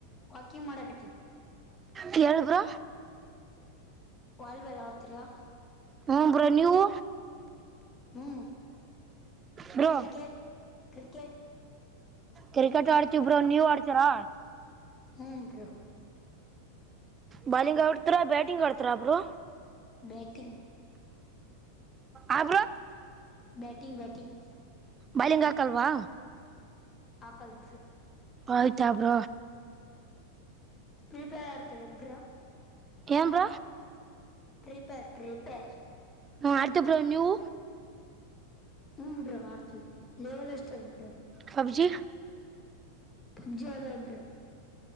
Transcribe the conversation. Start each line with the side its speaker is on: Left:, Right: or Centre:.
Left: ವಾಕಿಂಗ್ ಮಾಡಕತ್ತೀವಿ
Right: ಕಳ್ ಗ್ರ
Left: ವಾಲ್ವೆ ಎ ಆರ್ತಾ
Right: ಹಞಂಬರುನ್ಯವು
Left: ಹ್ಮ್
Right: ಬ್ರೋ
Left: ಕ್ರಿಕೆಟ್ ಕ್ರಿಕೆಟ್
Right: ಕ್ರಿಕೆಟ್ ಆಡ್ತಿಬ್ರು ನೀವ್ ಆಡ್ತರಾ
Left: ಹೂಞ ಬ್ರೊ
Right: ಬಾಲಿಂಗ್ ಆಡ್ತಾರ ಬ್ಯಾಟಿಂಗ್ ಆಡ್ತಾರ ಒಬ್ರು
Left: ಬ್ಯಾಟಿಂಗ್
Right: ಹಗರ
Left: ಬ್ಯಾಟಿಂಗ್ ಬ್ಯಾಟಿಂಗ್
Right: ಬಲಿಂಗಾಕಲ್ವಾ
Left: ಆಕಲ್ಬ್ರ
Right: ಆಯ್ತಾ ಬ್ರ
Left: ಪರಿಪೇರ ಆಡ್ತಾರೆ ಎಬ್ಬರಾ
Right: ಕಮ್ರ
Left: ರಿಪ ತ್ರಿಪೆ
Right: ಮಾಡ್ತಬ್ರ ನೀವು
Left: ಹನ್ೂ ಆಡ್ತೀವಿ ಲೆವಲ್ ಅಷ್ಟು ದ್ರ
Right: ಪಬ್ಜಿ
Left: ಪಬ್ಜಿ ಆದ್ರ